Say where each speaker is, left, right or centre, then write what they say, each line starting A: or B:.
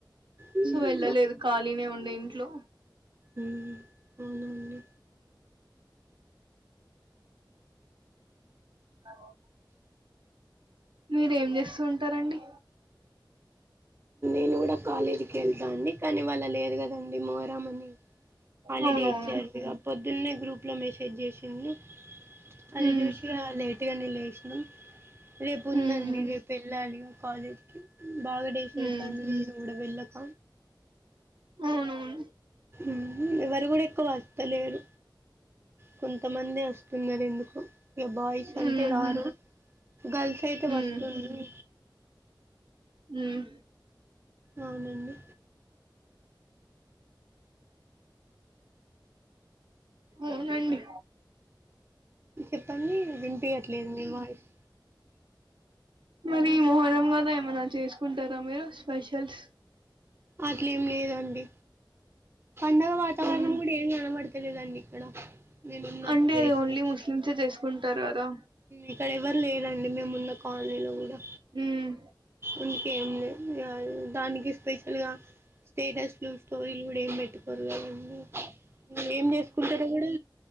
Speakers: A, on the right; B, on the right.
A: మ్మ్,
B: సో వెళ్ళలేదు ఖాళీనే ఉండే ఇంట్లో
A: ఉమ్ అవునాండి
B: అవ్ మీరేం చేస్తూ ఉంటారండి
A: నేను కూడా కాలేజీకి వెళ్తా అండి కానీ ఇవాళ లేదు కదండి మోహారం అని హాలిడే
B: అవునవును.
A: ఇచ్చారు‍ కదా పొద్దున్నే గ్రూప్ లో మెసేజ్ చేసిండ్లు అది
B: హ్మ్.
A: చూసి ఇగ లేైట్గా నే లేసినమ్ రేపు ఉందండి
B: హుహు.
A: రేపు వె ళ్లాలి ఇగ కాలేజ్ కి బాగా డేస్
B: హ్మ్.
A: అయితాంది నేను కూడా వెళ్ళక
B: అవునవును
A: ఉహు ఎవరు కూడా ఎక్కువ వస్తలేరు కొంతమందే వస్తున్నారు ఎందుకో ఇక బాయ్స్
B: హుహు.
A: అంటే రారు గర్ల్స్ అయితే
B: హ్మ్.
A: వస్తుండ్
B: హ్మ్.
A: అవునండి
B: అవునాండి
A: చెప్పండి వినిపియట్లేదు మీ వాయిస్
B: మరి ఈ మొహరం కదా ఏమైనా చేసుకుంటారా మీరు స్పెషల్స్
A: అట్లేం లేదండి పండగ వాతావరణం
B: హ్మ్.
A: కూడా ఎం కన పడుత లేదండి ఇక్కడ నేనున్న
B: అండి
A: ప్లేస్
B: అది ఓన్లీ
A: లో
B: ముస్లిమ్సే చేసుకుంటారు కదా
A: ఇక్కడ ఎవరు లేరండి మేమున్న కాలనీలో కూడా
B: మ్మ్
A: ఇంకేం లేదు ఇగ దానికే స్పెషల్ గా స్టేటస్లు స్టోరీలు ఇప్పుడు ఏం పెట్టుకోరు కదండీ ఏం చేసుకుంటరో కూడా